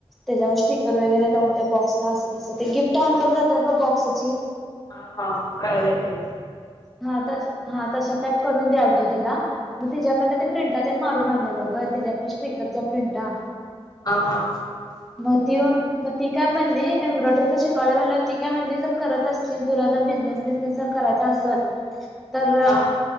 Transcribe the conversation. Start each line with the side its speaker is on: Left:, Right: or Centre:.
Centre: तेज्यावर स्टिकर वगैरे लावून त्या बॉक्सला अस तस ते गिफ्ट हॅमपर करतात बग बॉक्सची
Left: हा हा कळलं की
Centre: हा तस हा तस टाईप करून द्याल तो तो तिला मग तिज्याकडं ते प्रिंटा तर ते मारून आणलेल ग तिच्यायाकडे स्टिक्सरच्या प्रिंटा
Left: हा हा
Centre: म ती म ती काय म्हणाली एम्ब्रॉयडरीच शिकावला म्हटलं ती काय म्हणली जर करत असतील तुला जर बिझनेस बिझनेस जर करायचा असल तर
Left: हा